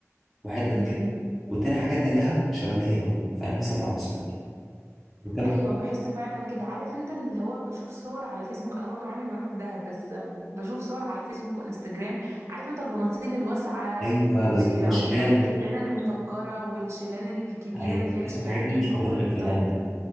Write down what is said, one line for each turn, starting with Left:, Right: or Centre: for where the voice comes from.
Centre: وحتت
Right: مم.
Centre: كده وتاني حاجه ان دهب شبابيه قوي فانا نفسي اطلع مع صحابي وكم
Right: ايوه بحس فعلا كده عارف انت اللي هو بشوف صور على فيسبوك انا برضو عمري ما رحت دهب بس بشوف صور على فيسبوك وانستجرام عارف انت البناطيل الواسعه
Centre: ايوه
Right: والقمصان
Centre: بس وشال
Right: الكتان المشجره والشيلان الكبيره
Centre: ايوه
Right: اللي فيها
Centre: بس
Right: شراشيب
Centre: الحاجات دي مش موجوده
Right: هو الستايل
Centre: غير في دهب
Right: ده